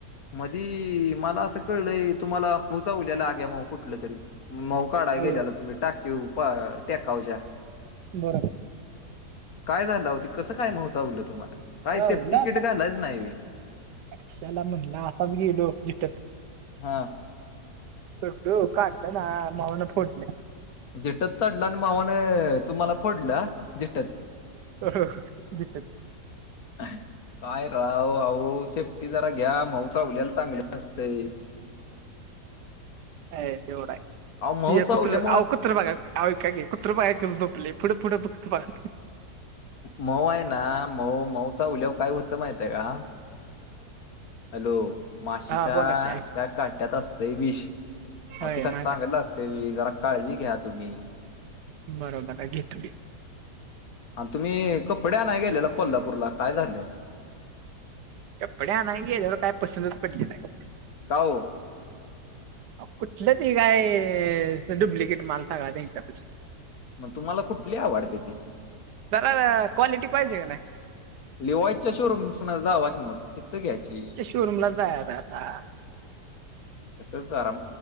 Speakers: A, on the left; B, on the right.
A: मधी मला असं कळय तुम्हाला महू चावलेला. कुठलं तरी मऊ काढाय
B: हो
A: गेलेला. तुम्ही टाकी वरच्या टेका वरच्या.
B: बर.
A: काय झालं आहो कसं काय महू चावलं तुम्हाला काय
B: हो
A: सेफ्टी
B: ला
A: किट घालाच नाही व्हय.
B: कशाला म्हणलो असाच गेलो भेटत.
A: हा.
B: चढलो काडल ना माव्हान फोडलं.
A: झेटत चढला आणि म्हवानं तुम्हाला फोडलं झेटत.
B: <unintelligible>
A: काय राव अ ओ सेफ्टी जरा घ्या. मवु चावलेलं चांगलं नसतंय.
B: व्हय तेवडाय
A: अहो मऊ
B: हे
A: चावल्यामुळं
B: कुत्र अहो कुत्र बगा. आहों ऐका की कुत्र बघा की कस झोपलय पुढ पुढ बघा की नुसतं.
A: मऊ आहे ना मऊ मऊचा चावले वर काय होतं माहितय का. हॅलो माशीच्या
B: हा बोला की ऐक
A: त्या काट्यात असतंय विष.
B: होय
A: आओ तिका
B: माहित
A: चांगल असते व्हयं जरा काळजी घ्या तुम्ही.
B: बरोबर ये घेतो घे.
A: आणि तुम्ही कपडे आणाय गेलेला कोल्हापूरला काय झालं.
B: कपडे आणाया गेलेलो काय पसंतच पडले नाही.
A: का ओ?
B: कुठलं ते काय सगळा डुबलीकेट माल सगळा त्यांच्या पाशी.
A: मग तुम्हाला कुठली आवडत्या ती.
B: जरा क्वालिटी पाहिजे का नाही.
A: लिवायच्या शोरूमस जावा की मग तिथं घ्यायची.
B: शोरूमलाच जायाचा आता.
A: तसच करा